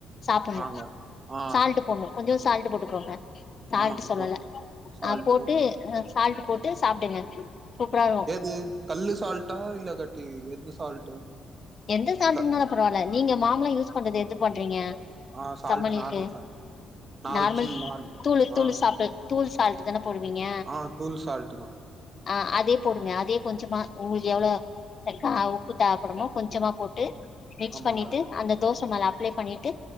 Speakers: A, on the left; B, on the right.
A: சாப்புணு
B: ஆங்க ஆ
A: சால்ட்டு போட்ணு கொஞ்சோ சால் து போட்டுக்கோங்க சால்ட்டு
B: ஆமாங்க
A: சொல்லல
B: போட்ட சால்ட்டு
A: ஆ போட்டு ஆ சால்ட் போட்டு சாப்டுங்க சூப்பரா இருக்கு
B: எது கல்லு சால்ட்டா இல்ல க து எது சால்ட்டு
A: எந்த சால்ட்
B: க
A: இருந்தாலு பரவால்ல நீங்க மாமழோ யூஸ் பண்றது எது பண்றீங்க
B: ஆ சால்ட்
A: சம்மன் லீவுக்கு
B: நார்மல் சால்ட் நாலு
A: நார்மல்
B: சின் நால்
A: தூளு
B: ஆ
A: தூள் சாப்பிட தூள் சால்ட்டு தானே போடுவீங்க
B: ஆ தூள் சால்ட்டு தா
A: ஆ அதே போடுங்க அதே கொஞ்சுமா உங்களுக்கு எவ்வளோதெக்க உப்பு தேவேபடுமோ கொஞ்சமா போட்டு மிக்ஸ்
B: ஆமாங்க
A: பண்ணிட்டு அந்த தோச மேல அப்ளை பண்ணிட்டு